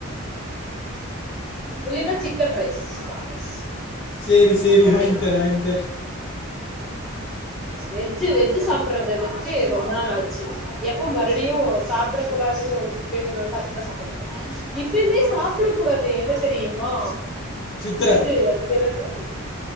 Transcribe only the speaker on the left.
சேரி சேரி
வாங்ய் தர வாங்ய் தர
சித்ர.